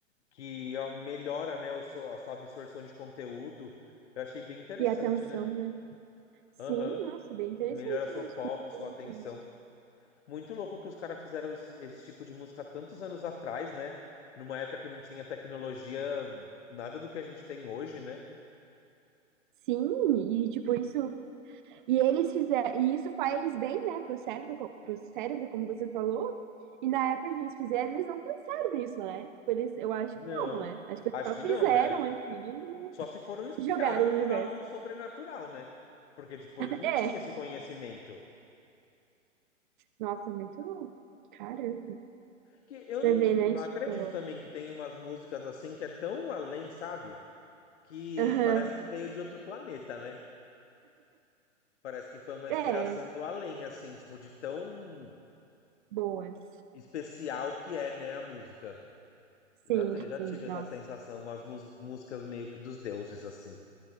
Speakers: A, on the left; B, on the right.
A: que ó, melhora, né, o seu, a sua absorção de conteúdo. Eu achei bem interessante,
B: E a atenção,
A: né?
B: né? Sim,
A: Aham.
B: nossa, bem interessante
A: Melhora seu
B: mesmo.
A: foco,
B: Não,
A: sua
B: eu não
A: atenção.
B: fiz.
A: Muito louco que os caras fizeram esse, esse tipo de música tantos anos atrás, né? Numa época que não tinha tecnologia, nada do que a gente tem hoje, né?
B: Sim, e tipo isso, e eles fizeram, e isso faz bem, né, pro cérebro, co- pro cérebro, como você falou. E na época que eles fizeram, eles não pensaram nisso, né? Tipo, Eles, eu acho
A: Não,
B: que não, né? Acho que eles
A: acho
B: só
A: que
B: fizeram
A: não, é.
B: assim
A: Só se foram inspirados
B: e jogaram no universo.
A: por algo sobrenatural, né? Porque, tipo, eles não
B: É,
A: tinham esse conhecimento.
B: nossa, muito louco. Caramba.
A: que eu
B: Pra ver,
A: não
B: né? Tipo,
A: acredito também que tem umas músicas assim que é tão além, sabe? Que
B: aham.
A: parece que veio de outro planeta, né? Parece que foi uma
B: É,
A: inspiração do além, assim, tipo, de tão
B: boas.
A: especial que é, né, a música.
B: Sim,
A: Já, te- já
B: sim,
A: tive
B: nossa.
A: essa sensação, umas mus- músicas meio que dos deuses, assim.